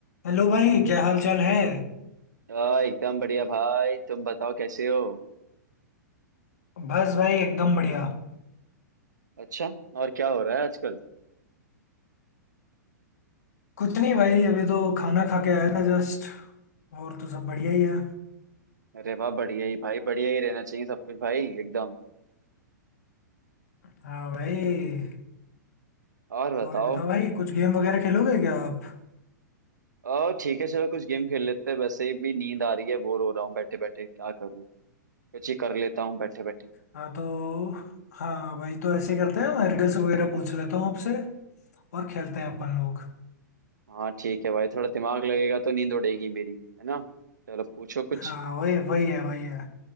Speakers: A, on the left; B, on the right.
A: Hello भाई क्या हाल चाल है
B: आ, एकदम बढ़िया भाई तुम बताओ कैसे हो
A: बस भाई एकदम बढ़िया
B: अच्छा और क्या हो रहा है आजकल
A: कुछ नहीं भाई अभी तो खाना खा के आया था जस्ट और तो सब बढ़िया ही है
B: अरे वाह बढ़िया ही भाई बढ़िया ही रहना चाहिए सब कुछ भाई एकदम
A: हाँ भाई
B: और बताओ
A: और बताओ भाई कुछ गेम वगैरह खेलोगे क्या आप
B: ओ ठीक है चलो कुछ गेम खेल लेते हैं वैसे ही भी नींद आ रही है बोर हो रहा हूँ बैठे बैठे क्या करूँ कुछ ही कर लेता हूँ बैठे बैठे
A: हाँ तो हाँ भाई तो ऐसे करते हैं मैं रिडल्स वगैरह पूछ लेता हूँ आपसे और खेलते हैं अपन लोग
B: हाँ ठीक है भाई थोड़ा दिमाग लगेगा तो नींद उड़ेगी मेरी है ना चलो पूछो कुछ
A: हाँ वही वही है वही है